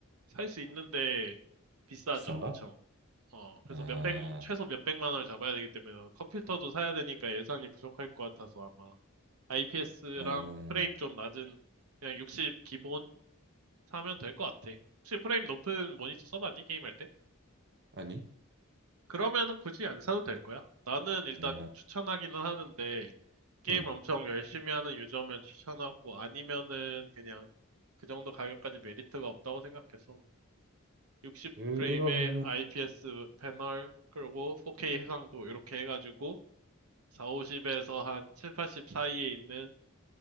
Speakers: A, on the right (about 85°); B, on the right (about 50°).
A: 살 수 있는데 비싸죠,
B: 비싼가?
A: 엄청. 어, 그래서
B: 아,
A: 몇백, 최소 몇백만 원을 잡아야 되기 때문에 컴퓨터도 사야 되니까 예산이 부족할 것 같아서 아마 IPS랑
B: 아,
A: 프레임 좀 낮은 그냥 60 기본 사면 될 것 같아. 혹시 프레임 높은 모니터 써봤니? 게임할 때?
B: 아니,
A: 그러면은 굳이 안 사도 될 거야. 나는 일단
B: 아,
A: 추천하기는 하는데 게임을
B: 응.
A: 엄청 열심히 하는 유저면 추천하고 아니면은 그냥 그 정도 가격까지 메리트가 없다고 생각해서 60프레임의
B: 그러면은
A: IPS 패널, 그리고 4K 해상도, 이렇게 해가지고, 450에서 한 7, 80 사이에 있는